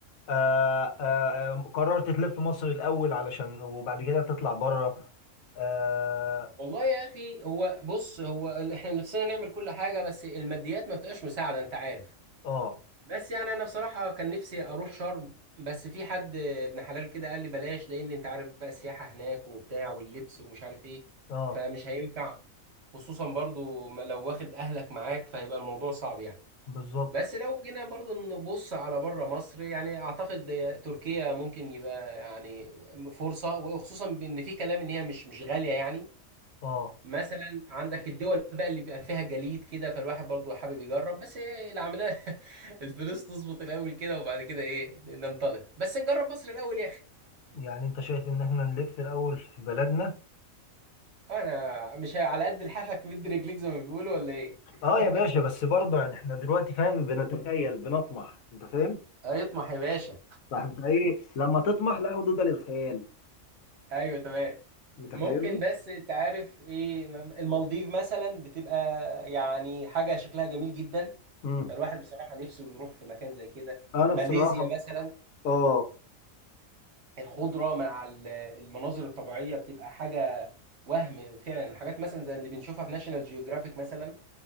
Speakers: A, on the left (about 80°); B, on the right (about 55°).
A: آه، آه، آه، قررت تلف مصر الاول علشان وبعد كده تطلع بره اه
B: والله يا اخي هو بص هو ال- احنا نفسنا نعمل كل حاجه بس الماديات ما بتبقاش مساعده انت عارف
A: اه
B: بس يعني انا بصراحه كان نفسي اروح شرم بس في حد ابن حلال كده قال لي بلاش لان انت عارف بقى السياحه هناك وبتاع واللبس ومش عارف ايه
A: آه،
B: فمش هينفع خصوصا برضو ما لو واخد اهلك معاك فهيبقى الموضوع صعب يعني
A: بالظبط
B: بس لو جينا برضو نبص على بره مصر يعني اعتقد تركيا ممكن يبقى يعني فرصه وخصوصا بان في كلام ان هي مش مش غاليه يعني
A: اه
B: مثلا عندك الدول بقى اللي بيبقى فيها جليد كده فالواحد برضو حابب يجرب بس إيه العمليه <laughs> الفلوس تظبط الاول كده وبعد كده ايه ننطلق بس نجرب مصر الاول يا اخي
A: يعني انت شايف ان احنا نلف الاول في بلدنا
B: انا مش على قد لحافك مد رجليك زي ما بيقولوا ولا ايه
A: اه
B: <laughs>
A: يا باشا بس برضه يعني احنا دلوقتي فاهم بنتخيل بنطمح انت فاهم
B: هيطمح يا باشا
A: فانت ايه لما تطمح لا حدود للخيال
B: <laughs> ايوه تمام
A: انت
B: ممكن
A: فاهمني
B: بس انت عارف ايه المالديف مثلا بتبقى يعني حاجه شكلها جميل جدا
A: امم
B: فالواحد بصراحه نفسه يروح في مكان زي كده
A: انا
B: ماليزيا
A: بصراحه
B: مثلا
A: اه
B: الخضره مع ال- المناظر الطبيعيه بتبقى حاجه وهم فعلا الحاجات مثلا زي اللي بنشوفها في ناشونال جيوغرافيك مثلا